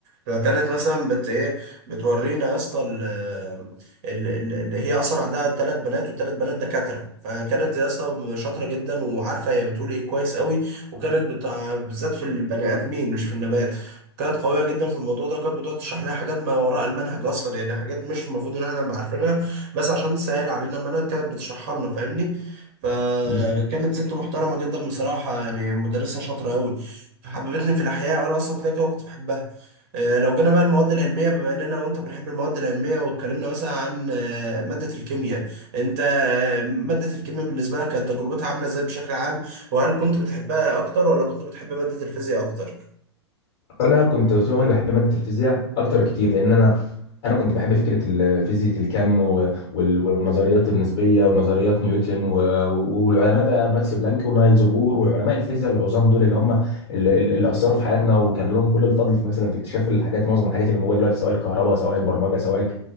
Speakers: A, on the right; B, on the left.
A: فكانت مثلا بت ايه بتورينا يا اسطى ال- ال- ال- اللي هي اصلا عندها ثلاث بنات والثلاث بنات دكاتره فكانت يا اسطى شاطره جدا وعارفه هي بتقول ايه كويس قوي وكانت بتاع بالذات في البني ادمين مش في النبات كانت قوية جدا في الموضوع ده وكانت بتقعد تشرح لنا حاجات ما وراء المنهج أصلا يعني حاجات مش المفروض إن احنا نبقى عارفينها بس عشان تسهل علينا ما انا كانت بتشرحها لنا فاهمني فكانت
B: بالظبط
A: ست محترمة جدا بصراحة يعني مدرسة شاطرة أوي فحببتني في الأحياء وأنا أصلا كده كده كنت بحبها آه، لو جينا بقى المواد العلمية بما إننا وأنت بنحب المواد العلمية واتكلمنا مثلا عن آه، مادة الكيمياء أنت آه، مادة الكيمياء بالنسبة لك كانت تجربتها عاملة إزاي بشكل عام وهل كنت بتحبها أكتر ولا كنت بتحب مادة الفيزياء أكتر؟
B: انا كنت طول عمري بحب ماده الفيزياء اكتر كتير لان انا انا كنت بحب فكره ال- فيزياء الكم و- وال- والنظريات النسبيه ونظريات نيوتن و- و- والعلماء بقى ماكس بلانك ونايلز بور وعلماء الفيزياء العظام دول اللي هم ال- ال- اللي اثروا في حياتنا وكان لهم كل الفضل في مثلا في اكتشاف الحاجات معظم الحاجات اللي موجوده دلوقتي سواء الكهرباء سواء البرمجه سواء